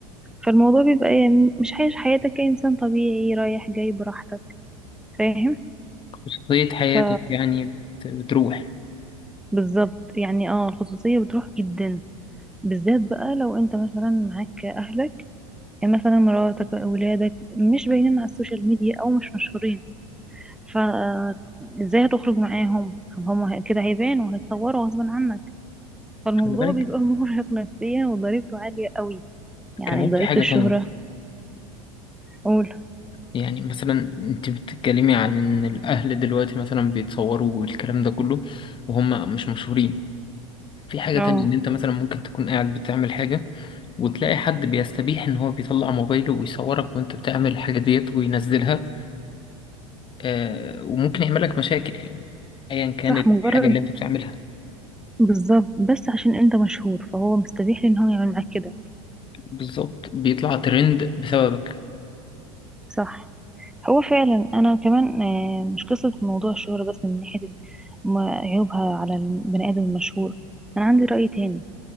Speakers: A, in the centre; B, on the left.
A: فالموضوع بيبقى يعني مش عايش حياتك كإنسان طبيعي رايح جاي براحتك فاهم
B: خصوصية حياتك
A: ف
B: يعني بت- بتروح
A: بالظبط يعني اه الخصوصية بتروح جدا بالذات بقى لو انت مثلا معاك اهلك يعني مثلا مراتك اولادك مش باينين على السوشيال ميديا او مش مشهورين فازاي هتخرج معاهم هم هي- كده هيبانوا وهيتصوروا غصب عنك فالموضوع
B: خلي بالك
A: بيبقى <laughs> مرهق نفسيا وضريبته عالية قوي يعني
B: كمان
A: ضريبة
B: في حاجة
A: الشهرة
B: تانية
A: قول
B: يعني مثلا انت بتتكلمي عن ان الاهل دلوقتي مثلا بيتصوروا والكلام ده كله وهم مش مشهورين في حاجة
A: اه
B: تانية ان انت مثلا ممكن تكون قاعد بتعمل حاجة وتلاقي حد بيستبيح ان هو بيطلع موبايله ويصورك وانت بتعمل الحاجة ديت وينزلها آه وممكن يعمل لك مشاكل يعني ايا كان
A: صح
B: الحاجة
A: مجرد
B: اللي انت بتعملها
A: بالظبط بس عشان انت مشهور فهو مستبيح ان هو يعمل معاك كده
B: بالظبط بيطلع ترند بسببك
A: صح هو فعلا انا كمان آه، مش قصة موضوع الشهرة بس من ناحية ال- ما- عيوبها على البني ادم المشهور انا عندي رأي تاني